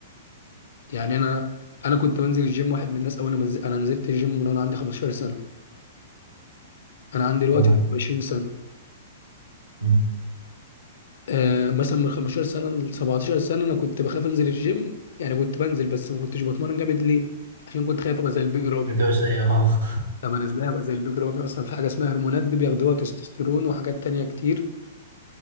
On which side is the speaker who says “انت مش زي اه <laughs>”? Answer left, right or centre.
Right